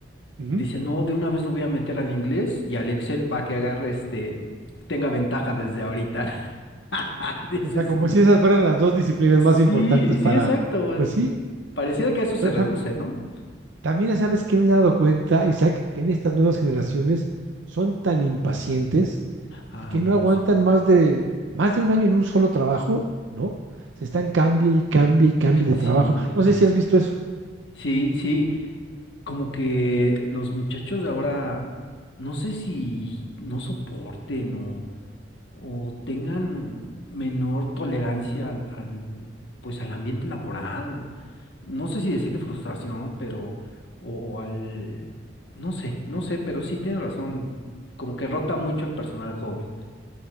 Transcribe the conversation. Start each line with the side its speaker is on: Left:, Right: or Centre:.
Right: Ujú.
Left: Dice, no, de una vez lo voy a meter al inglés y al Excel para que agarre este, tenga ventaja desde ahorita. <laughs> Dice,
Right: O sea,
Left: sí.
Right: como si esas fueran las dos disciplinas más importantes
Left: Sí,
Right: para,
Left: sí, exacto.
Right: pues sí,
Left: Pareciera que a eso se
Right: pero
Left: reduce,
Right: también
Left: ¿no?
Right: También sabes que me he dado cuenta, Isaac, que en estas nuevas generaciones son tan impacientes
Left: Ah,
Right: y que no
Left: bueno,
Right: aguantan
Left: sí.
Right: más de más de un año en un solo trabajo, ¿no? Se están cambie y cambie y cambie de
Left: Sí,
Right: trabajo. No sé si has visto eso.
Left: sí, sí. como que los muchachos de ahora, no sé si no soporten o, o tengan menor tolerancia al, al, pues al ambiente laboral. No sé si decirle frustración, pero, o, o al, no sé, no sé, pero sí tiene razón. Como que rota mucho el personal joven.